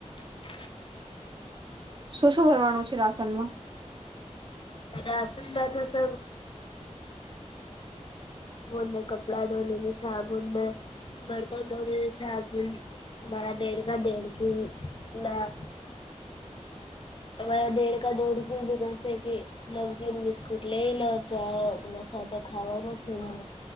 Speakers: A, on the left; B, on the right.
A: <inaudible>
B: શું શું ભરવાનું છે રાસનમાં.
A: રાશનમાંથ સ સાબુને કપડા ધોને સાબુનને બર્તન ધોને સાબુન મારા બેડકા દેડકી ના. તમા દેડકા દેડકીસે કે નવગીન બિસ્કુટ લઈ લો ચા મથ તો ખાવાનું છે મને